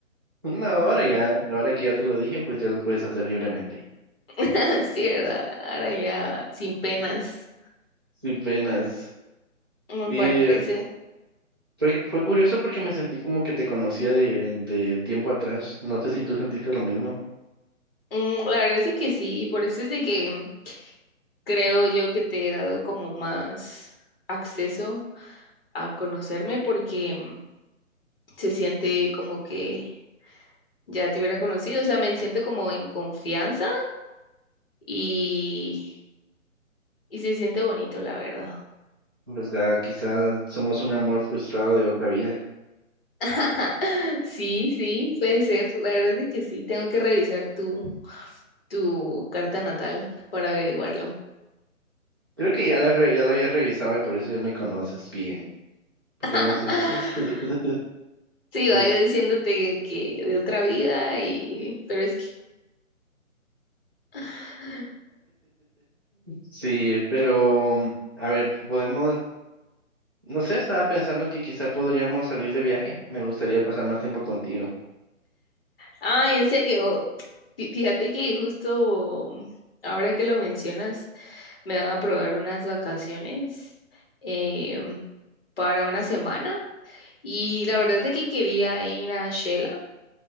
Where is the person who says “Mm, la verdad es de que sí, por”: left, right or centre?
Left